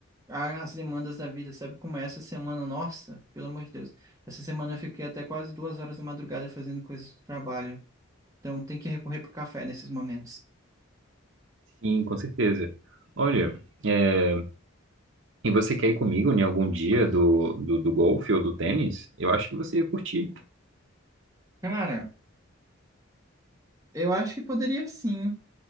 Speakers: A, on the right; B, on the right.
A: Ah, As demandas da vida, sabe? Como é essa semana, nossa, pelo amor de Deus. Essa semana eu fiquei até quase duas horas da madrugada fazendo coisas do trabalho. Então tem que recorrer pro café nesses momentos.
B: Sim, com certeza. Olha, é, e você quer ir comigo em algum dia do, do, do golfe ou do tênis? Eu acho que você ia curtir.
A: Cara, eu acho que poderia sim,